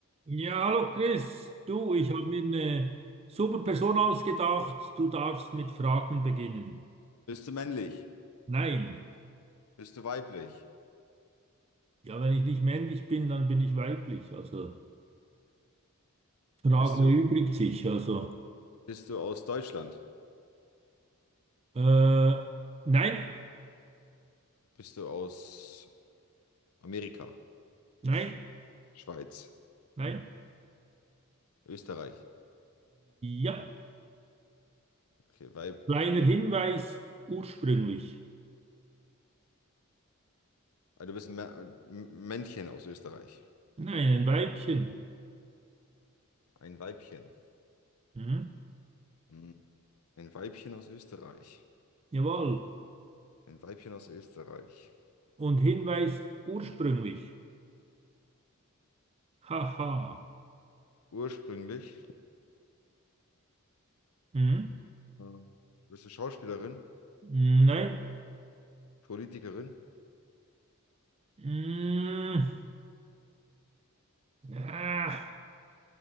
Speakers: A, on the right; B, on the left.
A: Ja, hallo Chris. Du, ich habe mir eine super Person ausgedacht. Du darfst mit Fragen beginnen.
B: Bist du männlich?
A: Nein.
B: Bist du weiblich?
A: Ja, wenn ich nicht männlich bin, dann bin ich weiblich. Also Frage
B: Bist du,
A: erübrigt sich. Also
B: bist du aus Deutschland?
A: äh, nein,
B: Bist du aus Amerika?
A: nein,
B: Schweiz?
A: nein.
B: Österreich?
A: Ja.
B: Okay, Weib.
A: Kleiner Hinweis, ursprünglich.
B: Also du bist ein Mä- M- Männchen aus Österreich.
A: Nein, ein Weibchen.
B: Ein Weibchen.
A: Hm?
B: Hm. Ein Weibchen aus Österreich.
A: Jawohl.
B: Ein Weibchen aus Österreich.
A: Und Hinweis ursprünglich. Haha.
B: Ursprünglich.
A: Hm?
B: ähm, Bist du Schauspielerin?
A: Nein.
B: Politikerin?
A: Hm. Ah,